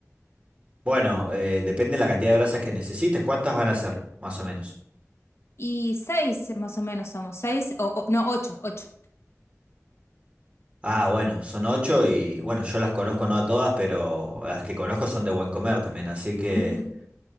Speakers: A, on the right; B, on the left.
A: Bueno, eh, depende de la cantidad de brasas que necesites. ¿Cuántas van a ser, más o menos?
B: Y seis, más o menos somos seis, o, o- no, ocho, ocho.
A: Ah, bueno, son ocho y bueno, yo las conozco no a todas, pero las que conozco son de buen comer también, así que...
B: <laughs>